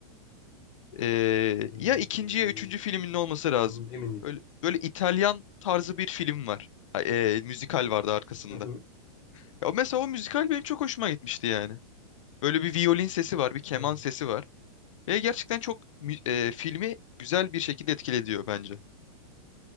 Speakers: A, on the left; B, on the left.
A: E,
B: Ee,
A: ya ikinci ya üçüncü filminin olması lazım.
B: tam emin değilim.
A: Böyle, böyle İtalyan tarzı bir film var. Ha, E, müzikal vardı arkasında.
B: Hı hı.
A: Ya mesela o müzikal benim çok hoşuma gitmişti yani. Böyle bir violin sesi var, bir keman
B: Ha,
A: sesi var. Ve gerçekten çok mü- e, filmi güzel bir şekilde etkilediyor bence.